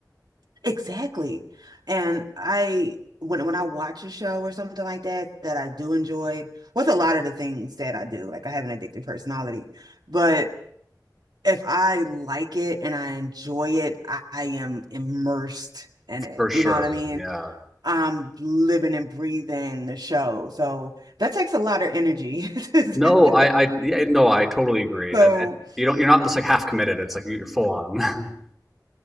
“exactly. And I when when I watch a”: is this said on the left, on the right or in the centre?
Right